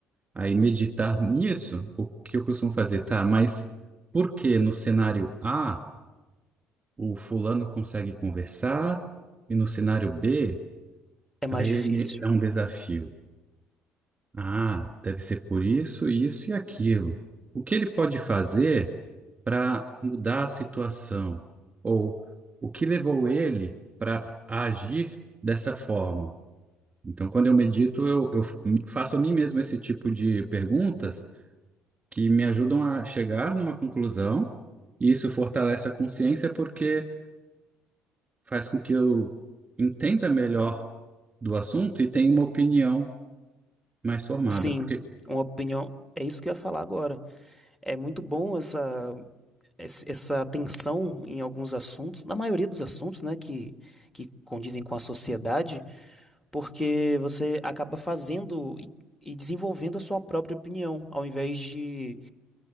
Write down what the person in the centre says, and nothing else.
É
mais
difícil.
Sim,
uma opinião. É isso que eu ia falar agora. É muito bom essa. esse- essa tensão em alguns assuntos, na maioria dos assuntos, né, que, que condizem com a sociedade, porque você acaba fazendo e, e desenvolvendo a sua própria opinião, ao invés de